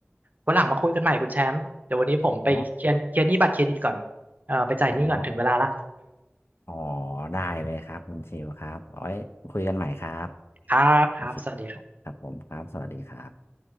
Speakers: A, on the right (about 40°); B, on the left (about 70°).
A: วันหลังมาคุยกันใหม่ คุณแชมป์เดี๋ยววันนี้ผมไปเคลียร์เคลียร์หนี้บัตรเครดิตก่อน
B: อ๋อ
A: เอ่อไปจ่ายหนี้ก่อนถึงเวลาละ
B: อ๋ออ๋อได้เลยครับคุณเชลครับเอาไว้คุยกันใหม่ครับ
A: ครับครับสวัสดีครับ
B: โอเคครับผมครับสวัสดีครับ